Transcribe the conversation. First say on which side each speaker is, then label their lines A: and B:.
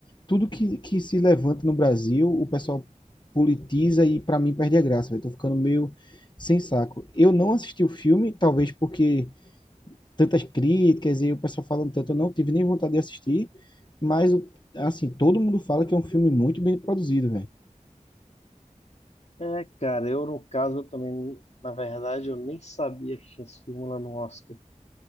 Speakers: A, on the left (about 35°); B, on the left (about 55°).
A: tudo que, que se levanta no Brasil, o pessoal politiza e para mim perde a graça, velho. Tô ficando meio sem saco. Eu não assisti o filme, talvez porque tantas críticas e o pessoal falando tanto, eu não tive nem vontade de assistir, mas assim, todo mundo fala que é um filme muito bem produzido, velho.
B: É, cara, eu no caso eu também, na verdade, eu nem sabia que tinha esse filme lá no Oscar.